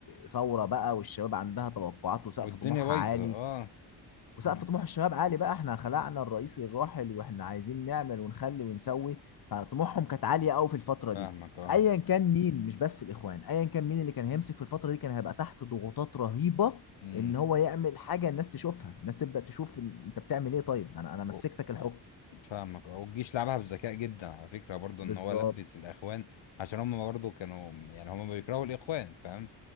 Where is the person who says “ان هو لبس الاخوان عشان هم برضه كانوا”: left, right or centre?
Left